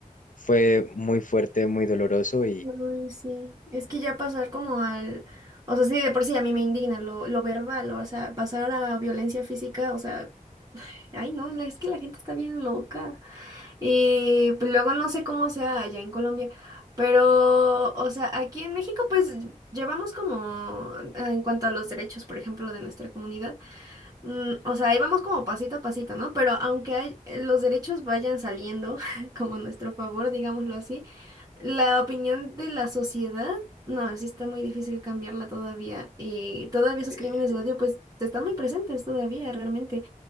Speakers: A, on the left; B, on the right.
A: Fue muy fuerte, muy doloroso
B: Ay, sí, es que ya pasar como al, o sea, sí, de por sí a mí me indigna lo, lo verbal, o sea, pasar a violencia física, o sea, ay no, la- es que la gente está bien loca. Y pues, luego no sé cómo sea allá en Colombia, pero, o sea, aquí en México pues llevamos como, eh, en cuanto a los derechos, por ejemplo, de nuestra comunidad, mm, o sea, ahí vamos como pasito a pasito, ¿no? Pero aunque hay, los derechos vayan saliendo <laughs> como a nuestro favor, digámoslo así. La opinión de la sociedad, no, sí está muy difícil cambiarla todavía. Y todavía esos
A: Eh,
B: crímenes de odio, pues, están muy presentes todavía, realmente.